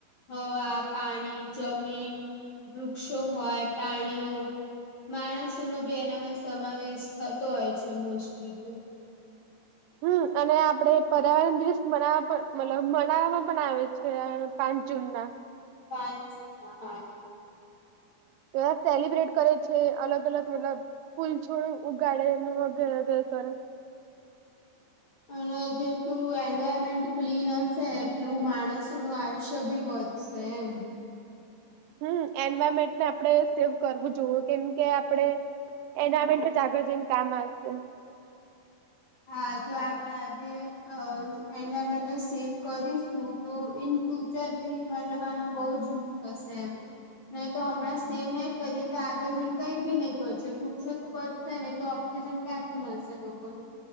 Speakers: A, on the left; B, on the right.
A: હવા પાણી. જમીન વૃક્ષો હોય પ્રાણીઓ માણસો નો બી એનામાં સમાવેશ થતો હોય છે મોસ્ટલી તો.
B: હમ અને આપડે પર્યાવરણ દિવસ મનાવા પણ મતલબ મનાવવામાં પણ આવે છે. પાંચ જૂન ના રોજ.
A: પાચ જુન ના હા.
B: તે સેલિબ્રેટ કરે છે અલગ અલગ મતલબ ફૂલ છોડ ઉગાડે <unintelligible> વગરે કરે.
A: અને જેટલું એન્વાયરમેન્ટ ક્લીન હશે એટલું માણસ નું આયુષ્ય ભી વધુ સેમ.
B: હમ એન્વાયરમેન્ટને આપણે સેવ કરવું જોવુ કેમ કે આપડે એનાઈમેટ જાગૃતિ ને કામ આવશે.
A: હા જો આપણે આજે અ એન્વાયરમેન્ટને સેવ કરીશું. તો ઈનફ્યુચર બી મતલબ આનો બોઉ જ યુઝ થશે એમ. ને તો અણાં સેવ નઈ કરીએ તો આગળ જઈને કઈ ભી છે. વૃક્ષો તો બચશે ને તો ઓક્સિજન ક્યાંથી મળશે લોકોને